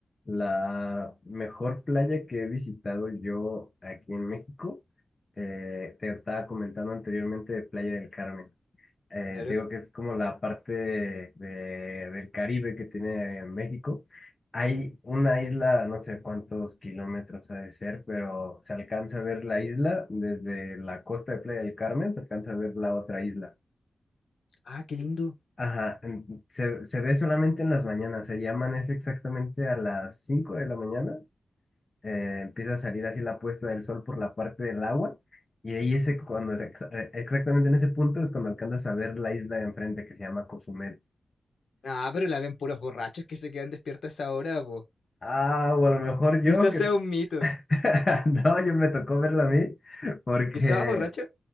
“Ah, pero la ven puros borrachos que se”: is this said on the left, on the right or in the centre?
Left